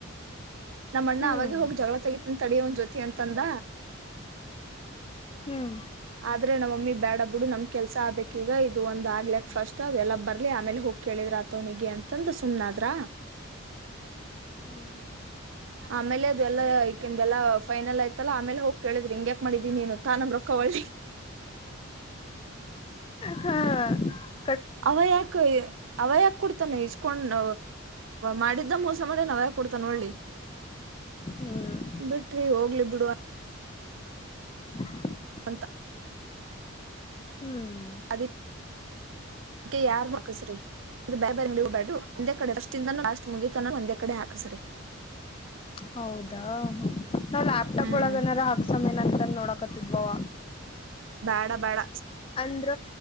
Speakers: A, on the right; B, on the left.
A: ನಮ್ಮ ಅಣ್ಣ
B: ಹ್ಮ್
A: ಅವಾಗ ಹೋಗ ಜಗಳ ತಗ ತಂತ ತಂದ
B: ಹ್ಮ್
A: ಆದ್ರೆ ನಮ್ಮಮ್ಮಿ ಬೇಡ ಬಿಡು ನಮ್ ಕೆಲ್ಸ ಆಗ್ಬೇಕಕ್ ಈಗ ಇದು ಒಂದ್ ಆಗ್ಲಕ್ ಫಸ್ಟ್ ಅ ಎಲ್ಲ ಬರ್ಲಿ ಆಮೇಲೆ ಹೋಗ ಕೇಳಿದ್ರ ಆತವನಿಗೆ ಅಂತಂದು ಸುಮ್ನಾದ್ರ
B: ಹ್ಮ್
A: ಆಮೇಲೆ ಅದೆಲ್ಲಾ ಈಕಂದ ಎಲ್ಲಾ ಫೈನಲ್ ಆಯ್ತಲ್ಲ ಆಮೇಲೆ ಹೋಗ್ ಕೇಳಿದ್ರಿ ಹಿಂಗ್ಯಾಕ್ ಮಾಡಿದೀಿ ನೀನು ತಾನ ರೊಕ್ಕವಳ್ಳಿ
B: ಹಾ್
A: ಅವ ಯಾಕ್ಕ ಅವ ಯಕ ಕೊಡ್ತಾನೆ ಇಸ್ಕೊಂಡ್ ಮಾಡಿದ್ದ ಮೋಸ ಮಾಡಿ ಅವ ಯಕೆ ಕೊಡ್ತಾನ ಒಳ್ಳಿ
B: ಹ್ಮ್
A: ಬಿಟ್ವಿ ಹೋಗ್ಲಿ ಬಿಡುವ
B: ಹ
A: ಅಂತ
B: ಹ್ಮ್
A: ಅದ ಅದಕ್ಕೆ ಯಾರ್ ಮಾಕಸ್ರಿ ಬ ಬ ನಬ್ಯಾು ಒಂದೇ ಕಡೆಸ್ ಲಾಸ್ಟ್ ಮುಗಿತ ಒಂದೇ ಕಡೆ ಹಾಕಸರಿ
B: ಹೌದಾ ನಾವ್ ಲ್ಯಾಪ್ಟಾಪ್
A: ಹ್ಮ್
B: ಒಳಗ ಏನಾರ ಹಾಕ್ಸಯ ನಂತಂದ ನೋಡಕತ್ಬೋವ
A: ಬೇಡ ಬೇಡ
B: ಅಂದ್ರ